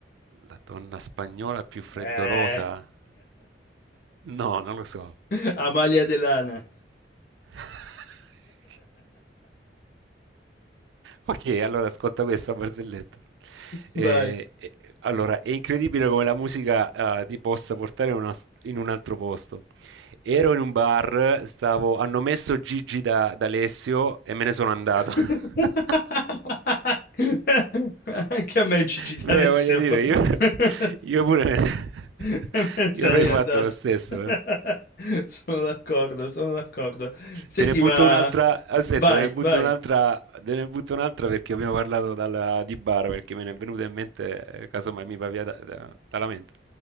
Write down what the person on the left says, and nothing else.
Eh.
<laughs> Amalia Delana,
vai.
<laughs>
Anche a me Gigi D'Alessio.
<laughs>
<laughs> Me ne
sarei
andato.
<laughs>
Sono d'accordo, sono d'accordo. Senti,
ma
vai,
vai.